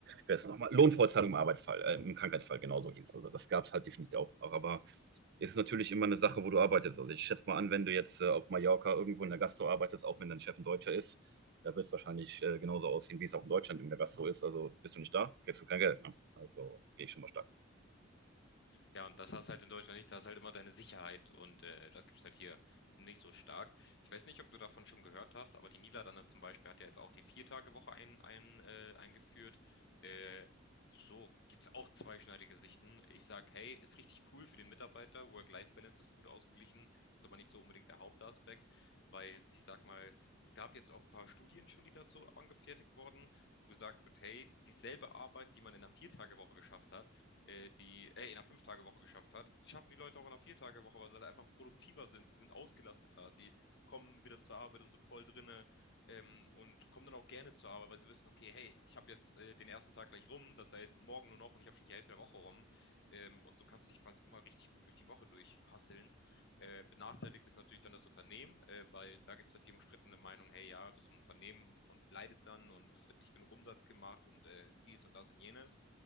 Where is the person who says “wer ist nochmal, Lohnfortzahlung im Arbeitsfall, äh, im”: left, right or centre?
Right